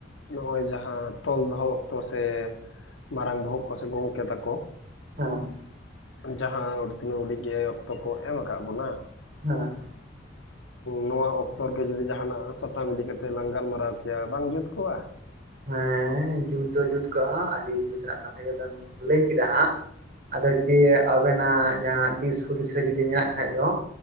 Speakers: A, on the left (about 85°); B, on the right (about 45°).
A: ᱱᱚᱜᱼᱚᱭ ᱡᱟᱦᱟᱸ ᱛᱚᱞ ᱫᱚᱦᱚ ᱚᱠᱛᱚ ᱥᱮ ᱢᱟᱨᱟᱝ ᱵᱚᱦᱚᱜ ᱠᱚ ᱥᱮ ᱜᱚᱝᱠᱮ ᱛᱟᱠᱚ
B: ᱦᱩᱸ
A: ᱡᱟᱦᱟᱸ ᱟᱹᱰᱤ ᱛᱤᱱᱟᱹᱜᱣᱲᱜ ᱜᱮ ᱚᱠᱛᱚ ᱠᱚ ᱮᱢ ᱟᱠᱟᱫ ᱵᱚᱱᱟ
B: ᱦᱩᱸ
A: ᱱᱚᱣᱟ ᱚᱠᱛᱚ ᱨᱮᱜᱮ ᱡᱩᱫᱤ ᱡᱟᱦᱱᱟᱜ ᱥᱟᱛᱟᱢ ᱤᱫᱤ ᱠᱟᱛᱮᱜ ᱞᱟᱝ ᱜᱟᱞᱢᱟᱨᱟᱣ ᱠᱮᱭᱟ ᱵᱟᱝ ᱡᱩᱛ ᱠᱚᱜ-ᱟ
B: ᱦᱮᱸ ᱡᱩᱛ ᱫᱚ ᱡᱩᱛ ᱠᱜ-ᱟ ᱟᱹᱰᱤ ᱡᱩᱛ ᱨᱮᱱᱟᱜ ᱠᱟᱛᱷᱟ ᱜᱮᱵᱮᱱ ᱞᱟᱹᱭ ᱠᱮᱫᱟ ᱦᱟᱸᱜ ᱟᱫᱚ ᱡᱩᱫᱤ ᱟᱵᱮᱱᱟᱜ ᱡᱟᱦᱟᱸᱱᱟᱜ ᱫᱤᱥ ᱦᱩᱫᱤᱥ ᱨᱮ ᱡᱩᱫᱤ ᱢᱮᱱᱟᱜ ᱠᱷᱟ ᱫᱚ